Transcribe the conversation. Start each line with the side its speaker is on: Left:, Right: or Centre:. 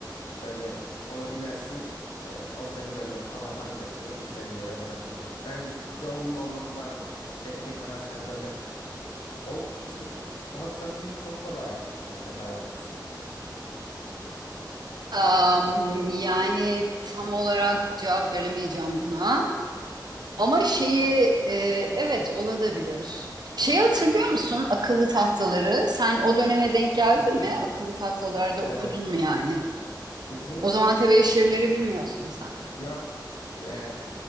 Left: böyle ona binersin e, o seni böyle havadan götürür istediğin yere bırakabilir. Bence onun olması daha kolay. Tek tek araçlar böyle O işte hava trafiği çok zor ayarlanır bence ray olmazsa.
Right: Am, yani tam olarak cevap veremeyeceğim buna. Ama şeyi e, evet olabilir. Şeyi hatırlıyor musun akıllı tahtaları? Sen o döneme denk geldin
Left: Hmm,
Right: mi? Akıllı tahtalarda
Left: evet.
Right: okudun mu yani?
Left: Bizim
Right: O zaman tebeşirleri bilmiyorsun sen.
Left: yok. Ee,